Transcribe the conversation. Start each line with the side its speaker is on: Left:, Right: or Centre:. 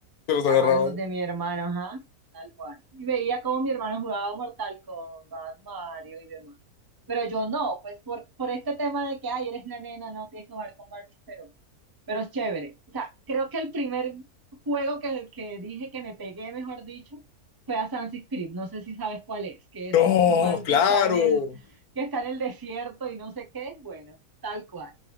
Left: Se los
Right: Era
Left: agarraban.
Right: más los de mi hermano, ajá, tal cual. Y veía cómo mi hermano jugaba Mortal Kombat, Mario y demás. Pero yo no, pues por, por este tema de que, ay, eres la nena, no tienes que jugar con Barbie, pero, pero es chévere. O sea, creo que el primer juego que, que dije que me pegué, mejor dicho, fue a Sunset Creek. No sé si sabes cuál es, que es
Left: No,
Right: un man
Left: claro.
Right: que está en el, que está en el desierto y no sé qué. Bueno, tal cual.